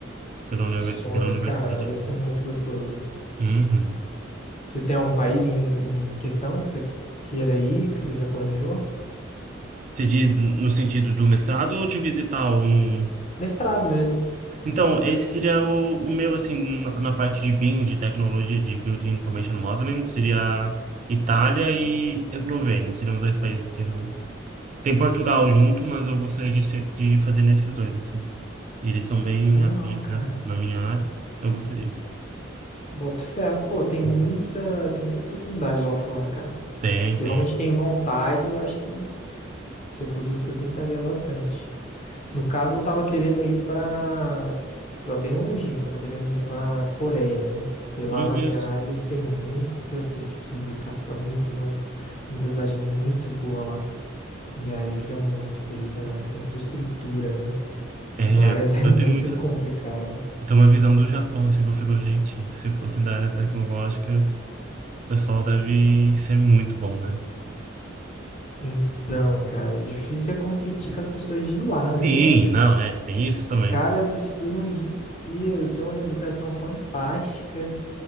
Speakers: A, on the right; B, on the left.
A: pela, uni-
B: que sonho,
A: pela universidade
B: cara,
A: aqui.
B: deve ser muito gostoso.
A: Uhum.
B: Você tem algum país em, em questão que você que- queira ir, que você já planejou?
A: Se diz no sentido do mestrado ou de visitar ou no...
B: Mestrado mesmo.
A: Então, esse seria o, o meu, assim, na, na parte de BIM, de tecnologia de Building Information Modeling, seria Itália e Eslovênia, seriam os dois países que eu... Tem Portugal junto, mas eu gostaria de, ser- de fazer nesses dois, assim. E eles são bem
B: Legal,
A: atuantes
B: cara.
A: na, na minha área, eu gostaria.
B: Boto fé. Pô, tem muita,
A: Uhum.
B: tem muita oportunidade lá fora, cara.
A: Tem,
B: Se
A: tem.
B: realmente tem vontade, eu acho que se eu fosse você, eu tentaria bastante. No caso, eu tava querendo ir pra, pra bem longinho, tava querendo ir pra Coreia, né? E lá
A: Meu
B: na
A: Deus.
B: minha área eles têm muita pesquisa, cara. Tem umas umas universidades muito boa lá. E aí eu queria muito ter essa, essa infraestrutura, né?
A: É,
B: Mas
A: eu,
B: <laughs> é
A: eu
B: muito
A: tenho muito...
B: complicado.
A: Eu tenho uma visão do Japão, assim, que eu fico, gente, se fosse da área tecnológica... O pessoal deve ser muito bom, né?
B: Então, cara, o difícil é competir com as pessoas de lá, né?
A: Sim, não, é, tem isso
B: Os
A: também.
B: caras estudam o dia inteiro, têm uma educação fantástica,